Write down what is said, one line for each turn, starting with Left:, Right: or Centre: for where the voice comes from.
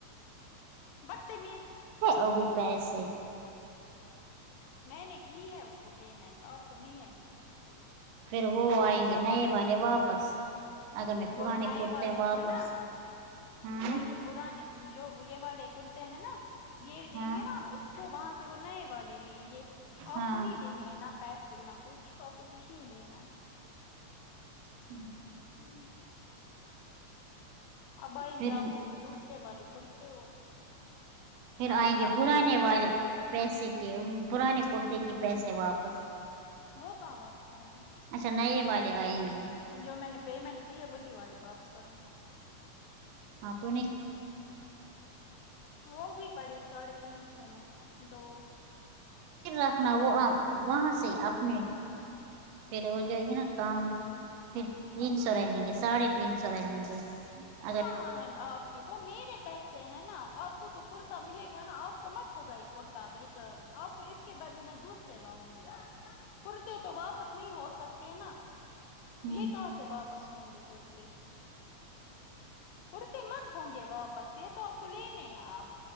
Left: بدتمیز
Right: ا بھی پیسے
Left: میں نے کی ہے اس کو پیمنٹ آپ کو نہیں ہے دینے کی ضرورت تھا
Right: پھر وہ آئیں گے نئے والے واپس اگر میں پرانے
Left: وہ نئے
Right: کرتے
Left: والے
Right: واپس
Left: ہیں نا
Right: ہاں
Left: وہ جو پرانے جو یہ والے کرتے ہیں نا یہ دیں
Right: ہاں
Left: گے نا ہم اس تو وہاں سے وہ نئے والے لیں گے
Right: ہاں
Left: آپ کو نہیں دینے ہیں نہ پیسے نہ کچھ آپ کو کچھ نہیں دینا ہے
Right: ہ
Left: <inaudible> اب آئیں
Right: پھر
Left: گے آپ کو دوسرے والے کرتے اور
Right: پھر
Left: آپ
Right: آئیں
Left: کیا
Right: گے پرانے
Left: بول رہے
Right: والے پیسے کے پرانے کرتے کی پیسے واپس
Left: وہ کہاں واپس آئیں
Right: اچھا نئے والے آئیں گے
Left: جو میں نے پیمنٹ کی ہے وہی والے واپس آئیں گے
Right: ہاں تو نہیں
Left: وہ بھی پڑی ساڑھے تین سو میں دو
Right: رکھنا وہ آ وہاں سے اپنے پھر ہو جائے گی نا کام پھر تین سو رہیں گے ساڑھے تین سو رہیں گے اگر
Left: آئی ایم آف وہ میرے پیسے ہیں نا آپ کو تو کرتا ملے گا نا آپ کو مت ہوگا ایک کرتاب ریٹرن آپ کو اس کے بدلے میں دوسرے لاؤں گی آپ کورتے تو واپس نہیں ہو سکتے ہیں نا
Right: ہ
Left: یہ کہاں سے واپس ہوں گے کرتے کورتے مت ہوں گے واپس یہ تو آپ کو لینے ہی آپ